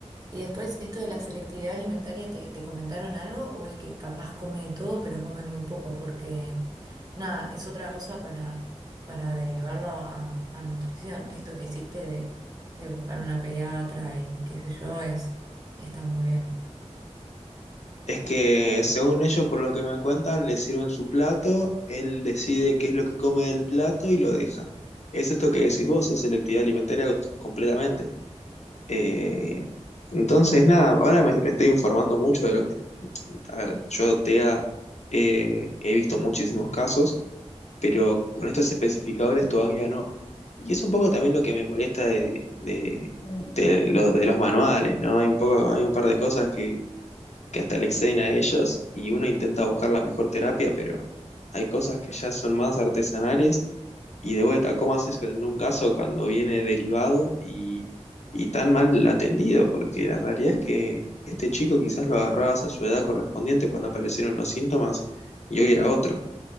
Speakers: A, on the right; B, on the left.
A: y después, esto de la selectividad alimentaria, ¿te, te comentaron algo? ¿O es que capaz come de todo, pero come muy poco? Porque, nada, es otra cosa para, para derivarlo a, a nutrición. Esto que hiciste de, de buscar una pediatra y qué sé yo, es, está muy bien.
B: Es que según ellos, por lo que me cuentan, le sirven su plato, él decide qué es lo que come del plato y lo deja. Es esto que decís vos, es selectividad alimentaria completamente. Eh, entonces, nada, ahora me, me estoy informando mucho de lo que... A ver, yo TEA eh, he visto muchísimos casos, pero con estos especificadores todavía no. Y es un poco también lo que me molesta de, de, de lo- de los manuales, ¿no? Hay un poco, hay un par de cosas que que hasta le exceden a ellos y uno intenta buscar la mejor terapia, pero hay cosas que ya son más artesanales y de vuelta, ¿cómo haces en un caso cuando viene derivado y, y tan mal atendido? Porque la realidad es que este chico quizás lo agarrabas a su edad correspondiente cuando aparecieron los síntomas y hoy era otro.